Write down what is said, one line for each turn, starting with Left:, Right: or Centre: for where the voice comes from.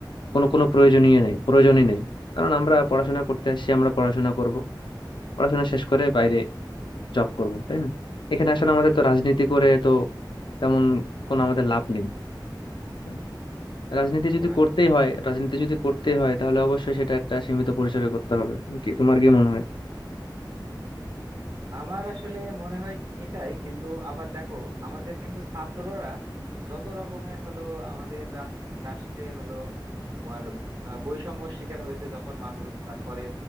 Left: কোনো কোনো প্রয়োজনীয় নেই প্রয়োজনই নেই কারণ আমরা পড়াশোনা করতে আসছি আমরা পড়াশোনা করব পড়াশোনা শেষ করে বাইরে জব করব তাই না এখানে আসলে আমাদের তো রাজনীতি করে তো তেমন কোনো আমাদের লাভ নেই হুম। রাজনীতি
Right: বুঝতে
Left: যদি
Right: পারছি
Left: করতেই হয় রাজনীতি যদি করতেই হয় তাহলে অবশ্যই সেটা একটা সীমিত পরিসরে করতে হবে তুমি কি তোমার কি মনে হয়
Right: আমার আসলে মনে হয় এটাই কিন্তু আবার দেখো আমাদের কিন্তু ছাত্ররা যত রকমের হলো আমাদের রাস- রাষ্ট্রে হলো তোমার আহ, বৈষম্য শিকার হয়েছে যখন মানুষ তারপরে